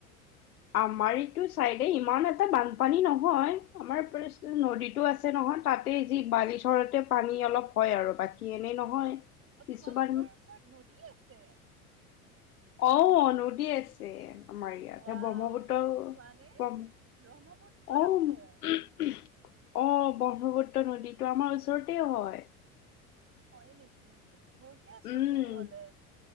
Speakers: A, on the left; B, on the right.
A: আমাৰ এইটো চাইডে ইমান এটা বানপানী নহয়, আমাৰ নদীতটো আছে নহয় তাতে যি বালিচৰতে পানী অলপ হয় আৰু বাকী এনেই নহয়।
B: অ
A: কিছুমান
B: তোমালোকৰ ওচৰত নদী আছে?
A: অ নদী আছে। আমাৰ ইয়াতে
B: ৱাও
A: ব্ৰহ্মপুত্ৰ
B: তুমি যোৱানে ব্ৰহ্মপুত্ৰ
A: অ। অ
B: আছে
A: ব্ৰহ্মপুত্ৰ নদীটো আমাৰ ওচৰতে হয়।
B: হয় নেকি? বঢ়িয়াচোন
A: উম
B: তেনেহলে